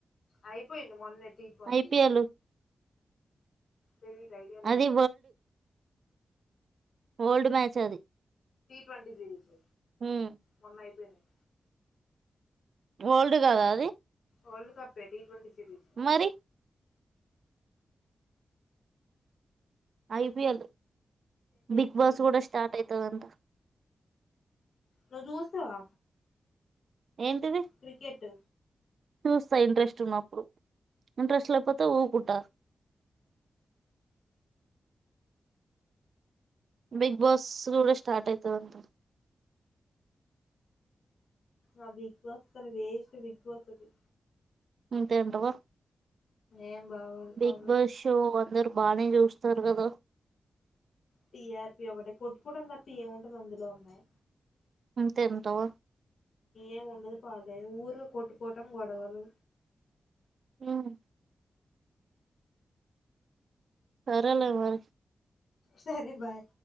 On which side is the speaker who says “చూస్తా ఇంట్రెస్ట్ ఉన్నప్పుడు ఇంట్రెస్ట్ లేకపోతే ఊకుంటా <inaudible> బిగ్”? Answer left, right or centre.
Right